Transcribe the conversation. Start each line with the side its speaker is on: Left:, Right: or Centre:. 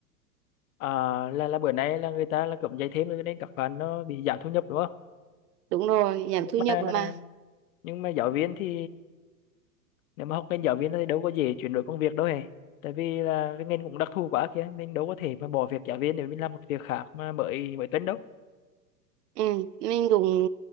Left: à, là là bữa nay là người ta là cấm dạy thêm rồi cho nên các bạn nó bị giảm thu nhập đúng không
Right: đúng rồi giảm
Left: nhưng
Right: thu nhập
Left: mà
Right: mà
Left: nhưng mà giáo viên thì nếu mà học ngành giáo viên thì đâu có dễ chuyển đổi công việc đâu hề tại vì là cái ngành cũng đặc thù quá kìa mình đâu có thể mà bỏ việc giáo viên để mình làm một việc khác mà mới mới tính đâu
Right: Ừ, mình cũng